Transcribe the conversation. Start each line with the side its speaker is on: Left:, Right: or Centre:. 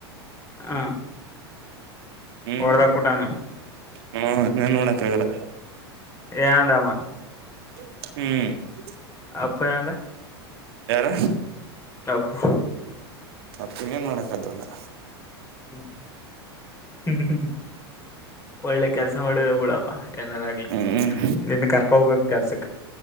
Left: ಹ
Right: ಹ್ಮ್
Left: ಹೊಡೆದಬಿಟ್ಟವ್ನೆ
Right: ಹ್ಮ್ ಇನ್ನೇನ್ ಮಾಡಕ್ ಆಗಲ್ಲ
Left: ನ ದಮ್ಮ
Right: ಹ್ಮ್
Left: ಅಪ್ಪ ಏನಂದ
Right: ಯಾರ
Left: ಅಪ್ಪು
Right: ಮತ್ತಂಗ ಏನ್ ಮಾಡಾಕದ್ದಂದ
Left: ಹ್ಮ್ ಹ್ಮ ಒಳ್ಳೆ ಕೆಲ್ಸ ಮಾಡುದೆ ಬಿಡಪ್ಪ ಏನಾರ ಆಗ್ಲಿ
Right: ಹ್ಮ್
Left: ನಿನ್ ಕರ್ಕ ಹೋಗ್ಬೇಕ ಕೆಲ್ಸಕ್